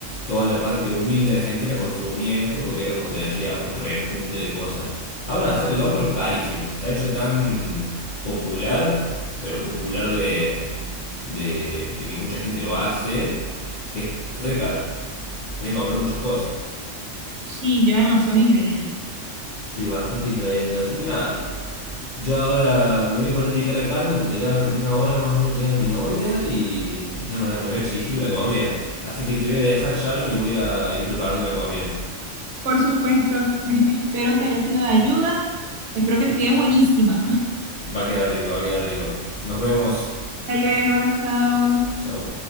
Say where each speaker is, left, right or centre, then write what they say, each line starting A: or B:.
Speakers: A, on the left (about 65°); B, on the right (about 70°).
A: toda la parte humilde argentina consumía esto porque era, como te decía, un rejunte de cosas. Ahora hacer locro es carísimo, se ha hecho tan popular, pero popular de, de, de que mucha gente lo hace, que es re caro. Tenés que comprar muchas cosas.
B: Sí, lleva demasiados ingredientes.
A: Sí, bastante ingrediente. Así que nada, Yo ahora me voy a poner a picar la carne porque ya en una hora más o menos llega mi novia y, y ya me, me va a exigir la comida. Así que te voy a dejar, Sharon, y voy a ir preparando la comida.
B: Por supuesto, me- espero que haya sido de ayuda. Espero que te quede buenísima. <laughs>
A: Va a quedar rico, va a quedar rico. Nos vemos.
B: Hasta luego, chao.
A: Chao.